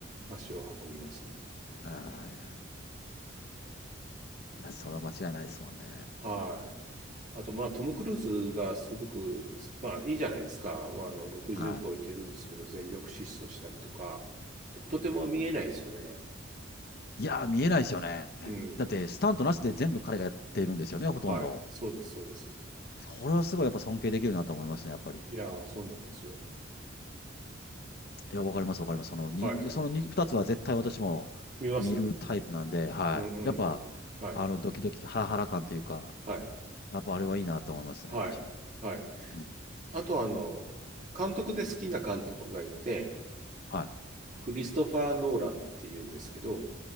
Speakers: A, on the right (about 40°); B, on the left (about 50°).
A: 足を運びますね。
B: ああ、いや、いやそれは間違いないですもんね。
A: はい。あと、まあ、トム・クルーズがすごく、まあ、いいじゃないですか。まあ、あの、60超えてるんですけど、
B: は
A: 全力疾走したりとか、と、とても見えないですよね。
B: い。いやー、見えないですよね。
A: うん。
B: だって、スタントなしで全部彼がやっているんですよね、ほとんど。
A: はい。そうです、そうです。
B: これはすごいやっぱ尊敬できるなと思いますね、やっぱり。
A: いやー、そうなんですよ。
B: いや、わかります、わかります。そのにそのに二つは絶対私も見るタイプなんで、
A: はい、はい。見ます
B: はい。
A: うんうんうん。
B: やっぱ、
A: はい、
B: あの、ドキドキ、ハラハラ感というか、
A: はい、
B: やっぱあれはいいなと思いますね、
A: はい、
B: 私も。
A: はい。
B: うん。
A: あと、あの、監督で好きな監督がいて、
B: はい。
A: クリストファー・ノーランっていうんですけど、